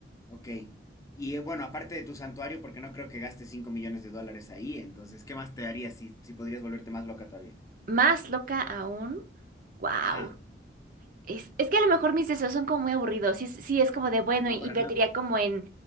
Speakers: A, on the left (about 20°); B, on the right (about 45°).
A: Ok. Y eh, bueno, aparte de tu santuario, porque no creo que gastes 5 millones de dólares ahí, entonces, ¿qué más te harías si, si podrías volverte más loca todavía?
B: Más loca aún, wow.
A: Ajá,
B: Es, es que a lo mejor mis deseos son como muy aburridos. Sí, es- sí, es como de, bueno,
A: no,
B: invertiría
A: para nada.
B: como en,